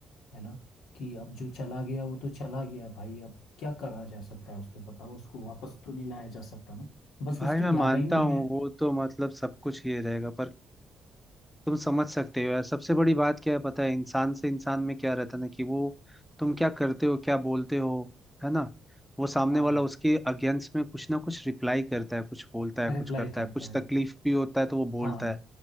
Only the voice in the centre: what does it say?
भाई
मैं मानता
हूँ
वो तो मतलब सब कुछ ये रहेगा पर तुम समझ सकते हो यार सबसे बड़ी बात क्या है पता है इंसान से इंसान में क्या रहता है ना कि वो तुम क्या करते हो क्या बोलते हो है ना वो सामने
वाला उसके अगेंस्ट में कुछ ना कुछ रिप्लाई करता है कुछ बोलता है
कुछ करता
है कुछ
तकलीफ भी होता है तो वो बोलता
है